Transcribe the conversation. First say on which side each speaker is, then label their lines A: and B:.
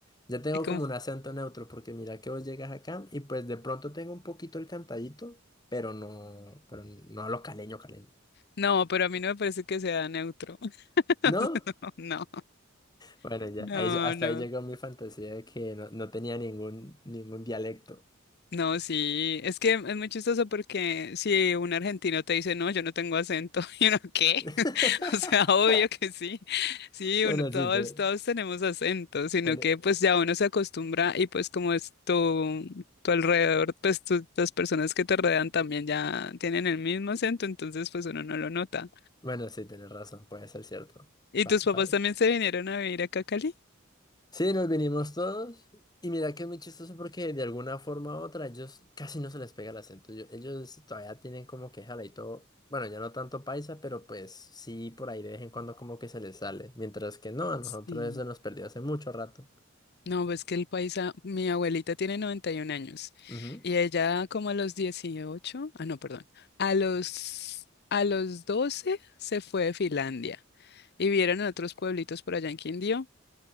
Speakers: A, on the left (about 20°); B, on the left (about 55°).
A: ya tengo
B: y como-
A: como un acento neutro, porque mira que vos llegas acá y pues de pronto tengo un poquito el cantadito, pero no, pero no hablo caleño, caleño.
B: no, pero a mí no me parece que sea neutro. <laughs>
A: ¿No?
B: O sea, No,
A: Bueno, ya,
B: no,
A: ahí, hasta
B: no.
A: ahí llegó mi fantasía de que no, no tenía ningún, ningún dialecto.
B: No, sí, es que es muy chistoso porque si un argentino te dice, no, yo no tengo acento, <laughs> y uno, ¿qué?
A: <laughs>
B: O sea, <laughs> obvio que sí. Sí,
A: Bueno,
B: uno, todos,
A: sí, te-
B: todos tenemos acento, sino
A: te-
B: que pues ya uno se acostumbra y pues como es tu, tu alrededor, pues tus- las personas que te rodean también ya tienen el mismo acento, entonces pues uno no lo nota.
A: Bueno, sí, tienes razón, puede ser cierto.
B: ¿Y
A: Pa
B: tus
A: pague.
B: papás también se vinieron a vivir acá a Cali?
A: Sí, nos vinimos todos. Y mira que es muy chistoso porque de alguna forma u otra ellos casi no se les pega el acento. Yo- ellos todavía tienen como que jala y todo Bueno, ya no tanto paisa, pero pues sí, por ahí de vez en cuando como que se les sale. Mientras que no, a nosotros
B: Sí.
A: eso nos perdió hace mucho rato.
B: No, pues que el paisa, mi abuelita tiene 91 años
A: Ujú,
B: y ella como a los 18, ah, no, perdón, a los, a los 12 se fue de Finlandia y vieron a otros pueblitos por allá en Quindío